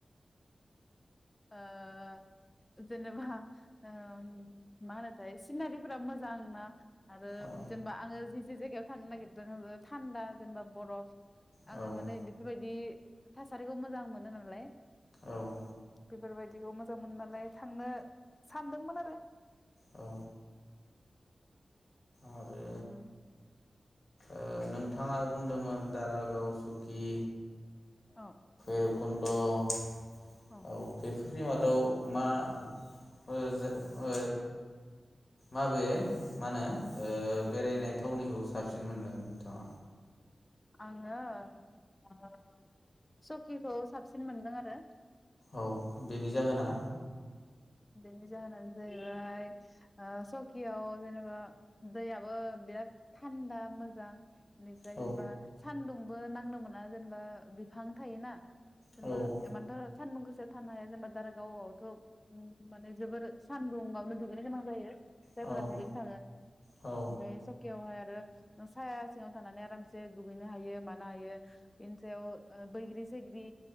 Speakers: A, on the left; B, on the left.
A: ओ जेनेबा उम मा होनोथाय सिनारिफोरा मोजां ना आरो
B: औ
A: जेनेबा आङो जि जे जायगायाव थांनो नागिरदों थान्दा जेनेबा बरफ
B: औ
A: आङो माने बेफोरबायदि थासारिखौ मोजां मोनो नालाय।
B: औ।
A: बेफोरबायदिखौ मोजां मोनो नालाय थांनो सानदोंमोन आरो।
B: औ। आरो
A: उम।
B: ओ नोंथाङा बुंदोंमोन दारागाव सुकि
A: औ।
B: भैखुन्द औ
A: औ
B: बेफो निमादाव मा ओ जे ओ माबे मा होनो ओ बेरायनाय थावनिखौ साबसि थांङा।
A: आङो ओ सकिखौ साबसिन मोनदों आरो
B: औ बेनि जाहोना?
A: बेनि जाहोनानो जाहैबाय ओ सकियाव जेनेबा दैयाबो बिराद थान्दा मोजां। बेनिफ्राय
B: औ
A: जेनेबा सान्दुं बो नांनो मोना जेनेबा बिफां थायोना। जेनबा
B: औ
A: इमानथो सानदुं गोसा थानो हाया जेनेबा दारागावआवथ ओं माने जोबोर सान्दुंआवनो दुगैनो गोनां जायो। जायफोरा
B: औ
A: दुगैनो थाङो
B: औ
A: ओमफ्राय सकियावहाय ओ साया सिङाव थानानै आरामसे दुगैनो हायो मनो हायो बिनि सायाउ बैग्रि सैग्रि